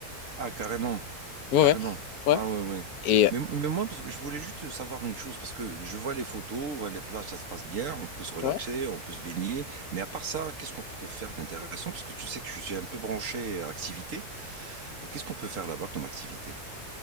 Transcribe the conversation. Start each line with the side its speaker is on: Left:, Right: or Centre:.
Right: Ah, carrément.
Left: Ouais,
Right: Carrément.
Left: ouais. ouais.
Right: Ah ouais, ouais.
Left: Et
Right: Mais, mais moi, parce que je voulais juste savoir une chose, parce que je vois les photos, ouais, les plages, ça se passe bien, on peut se relaxer,
Left: ouais.
Right: on peut se baigner. Mais à part ça, qu'est-ce qu'on peut faire d'intéressant? Parce que tu sais que je suis un peu branché à activité. Qu'est-ce qu'on peut faire là-bas comme activité?